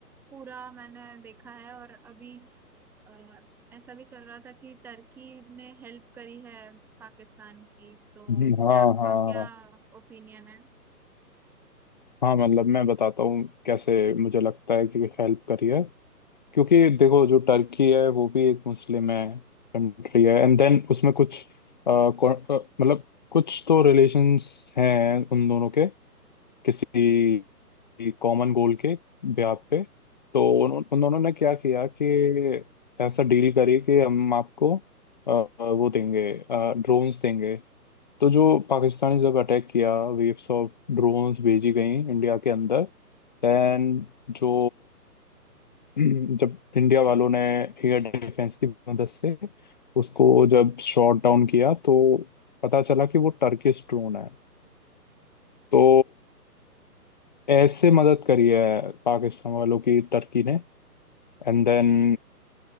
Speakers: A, in the centre; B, on the left.
A: पूरा मैंने देखा है और अभी अ, ऐसा भी चल रहा था कि टर्की ने हेल्प करी है पाकिस्तान की तो
B: हम्म,
A: उस
B: हाँ
A: पे आपका
B: हाँ
A: क्या
B: हाँ
A: ओपिनियन है
B: हाँ मतलब मैं बताता हूँ कैसे मुझे लगता है कि हेल्प करी है क्योंकि देखो जो टर्की है वो भी एक मुस्लिम है कंट्री है एंड देन उसमें कुछ अ, कौ- अ, मतलब कुछ तो रिलेशंस हैं उन दोनों के किसी कॉमन गोल के ब्याह पे तो उन, उन दोनों ने क्या किया कि ऐसा डील करी कि हम आपको अ, अ, वो देंगे ड्रोन्स देंगे तो जो पाकिस्तानी जब अटैक किया वेव्स ऑफ ड्रोन्स भेजी गई इंडिया के अंदर देन जो <clears throat> जब इंडिया वालों ने एयर डिफेंस की मदद से उसको जब शॉट डाउन किया तो पता चला कि वो टर्किश ड्रोन है तो ऐसे मदद करी है पाकिस्तान वालों की टर्की ने एंड देन